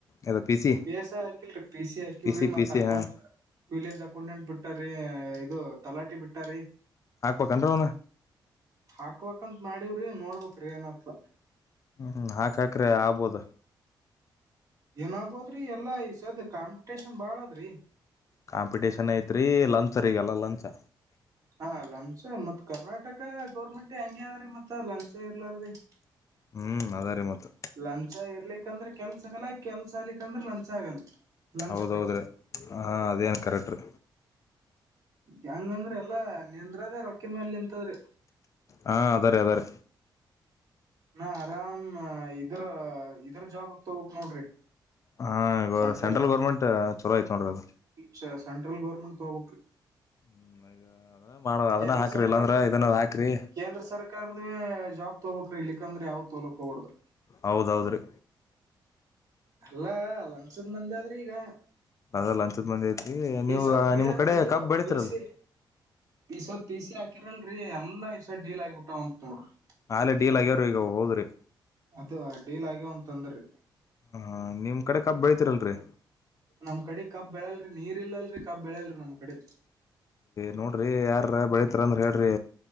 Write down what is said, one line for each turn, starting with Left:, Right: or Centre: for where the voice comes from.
Left: ಯದ ಪಿ ಸಿ
Right: ಪಿ ಎಸ್ ಹಾಕಿಲ್ರರಿ ಪಿ ಸಿ ಹಾಕಿವ್ರಿ
Left: ಪಿ
Right: ಮತ್ತ
Left: ಪಿ ಸಿ
Right: ಅಕೌಂಟ್
Left: ಹಾಂ
Right: ವಿಲೇಜ್ ಅಕೌಂಟೆಂಟ್ ಬಿಟ್ಟಾರಿೀ ಇದು ತಲಾಟಿ ಬಿಟ್ಟಾರಿೀ
Left: ಹಾಕ್ಬೇಕನ್್ರ ಅವನ
Right: ಹಾಕ್ಬೇಕ್ಂತ್ ಮಾಡವ್ರಿ ನೋಡ್ಬೇಕ್ರಿ ಏನತ್ತ
Left: ಹ್ಮ್ ಹಾಕಾಕ್ರೆ ಆಗ್ಬೋದು
Right: ಏನಾಗಬೋದ್ರಿ ಎಲ್ಲಾ ಇಸದ್ ಕಾಂಪಿಟೇಷನ್ ಬಾಳದ್ರಿ
Left: ಕಾಂಪಿಟೇಷನ್ ಐತ್ರಿ ಲಂಚರಿ ಈಗಲ್ಲ ಲಂಚ್
Right: ಹಾ ಲಂಚ್ ಮತ್ತ್ ಕರ್ನಾಟಕ ಗೌರ್ಮೆಂಟ್ ಹಂಗೆ ಅ ಆದ್ರಿ ಮತ್ ಲಂಚ ಇರ್ಲಾರೀ
Left: ಹ್ಮ್ ಅದ ರೀ ಮತ್ತ
Right: ಲಂಚ ಇರ್ಲಿಕ್ಕಂದ್ರ ಕೆಲ್ಸ ಆಗಲ್ಲ ಕೆಲ್ಸ ಆಗ್ಲಿಕ್ಕ ಅಂದ್ರ ಲಂಚ್ ಆಗಲ್ಲ ಲಂಚ
Left: ಹೌದೌದ್ರೀ
Right: ಬೇಕ್ರಿ
Left: ಹಾ ಅದೇನು ಕರೆಕ್ಟ್ ರೀ
Right: ಹೆಂಗಂದ್ರ ಎಲ್ಲಾ ನಿಂದ್ರದ ರೊಕ್ಕನ್ ಮೇಲ್ ನಿಂತದ್ರಿ
Left: ಹಾಂ ಅದ ರೀ ಅದ ರ
Right: ನಾ ಆರಾಮ್ ಇದ್ರ ಇದ್ರ ಜಾಬ್ ತೋಗಬೇಕು ನೋಡ್ರಿ
Left: ಹಾ
Right: ಸೆಂಟ್ರಲ್
Left: ಸಂಟ್ರಲ್ ಗೌರ್ಮೆಟ್ ಚಲೋ ಆಯ್ತ್ ನೋಡ್ರಿ ಅದು
Right: ಸ ಸಂಟ್ರಲ್ ಗೌರ್ಮೆಟ್ ತೊಬೇಕು
Left: ಹ್ಮ ಈಗ ಅದ ಮಾಡುವ ಅದನ್ನ
Right: ಕೇಂದ್ರ
Left: ಹಾಕ್ರಿ
Right: ಸರ್ಕಾರದ
Left: ಇಲ್ಲಾಂದ್ರ ಇದನ್ನ ಹಾಕ್ರಿ
Right: ಕೇಂದ್ರ ಸರ್ಕಾರದ ಜಾಬ್ ತಗೋಕ್್ರೀ ಇಲಿಕ್ಕಂದ್ರೆ ಯಾವ್ ತೋಲಕ್ ಹೋಗಬಡ್ಡ್ಡು
Left: ಹೌದೌದು್ರೀ
Right: ಅಲ್ಲ ಲಂಸದ್ ಮಂದಿ ಆದ್ರಿ ಈಗ
Left: ಅದಲ್ಲ ಲಂಚದ ಮಂದಿ ಐತಿ ನೀವು
Right: ಈ ಸದ್ ಪಿ
Left: ನಿಮ್
Right: ಎಸ್
Left: ಕಡೆ
Right: ಇದು
Left: ಕಬ್ ಬೇಲಿತಿರೇನ್ರಿ
Right: ಪಿ ಸಿ ಈ ಸತ್ ಪೀ ಸಿ ಹಾಕರಲ್ರಿ ಎಲ್ಲ ಈ ಸತ್ ಡೀಲ್ ಆಗ್ಬಿಟ್ಟು ಅಂತ ನೋಡ್ರಿ
Left: ಆಾೇ ಡೀಲ್ ಆಗ್ಯಾವ್ರೀ ಈಗ ಹೋದ್ರಿ
Right: ಅದ ಡೀಲ್ ಆಗ್ಯವ ಅಂತ ಅಂದ್ರೀ
Left: ಹಾ ನಿಮ್ಮ್ ಕಡೆ ಕಬ್ ಬೆಳಿತತಿೀರಲ್ರಿ
Right: ನಮ್ ಕಡೆ ಕಬ್ ಬೆಳಲ್ರರಿ ನೀರ್ ಇಲ್ಲಲ್ರರಿ ಕಬ್ ಬೆಳಲ್ರಿ ನಮ್ ಕಡೆ
Left: ನೋಡ್ರಿ ಯಾರ ಬೆಳತ್ರಿ ಅಂದ್ರ ಹೇಳ್ರಿ